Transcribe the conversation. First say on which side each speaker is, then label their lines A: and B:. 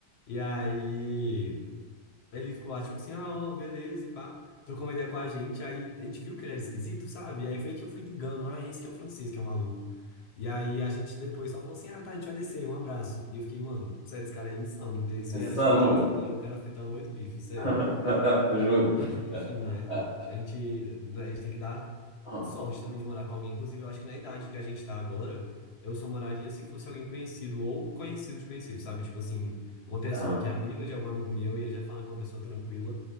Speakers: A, on the left (about 75°); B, on the left (about 35°).
A: E aí. Ele ficou lá, tipo assim, ah, ó, beleza, e pá. Trocou uma ideia com a gente, aí a gente viu que ele era esquisito, sabe? Aí foi que eu fui ligando, ah, esse que é o francês, que é o maluco. E aí a gente depois só falou assim, ah, tá, a gente vai descer, um abraço. E eu fiquei, mano, sério, esse cara é insano. Isso
B: Insano,
A: aí era tipo três
B: velho.
A: da manhã, o cara fritando oito bifes, sério.
B: <laughs> Juro.
A: Aí, enfim, né?
B: Ah,
A: A gente, né, a gente tem que dar
B: ah,
A: sorte também de morar com alguém. Inclusive, eu acho que na idade que a gente tá agora, eu só moraria se fosse alguém conhecido ou conhecido de conhecido, sabe? Tipo assim, uma pessoa
B: ah.
A: que é amiga de algum amigo meu e ele já fala com uma pessoa tranquila.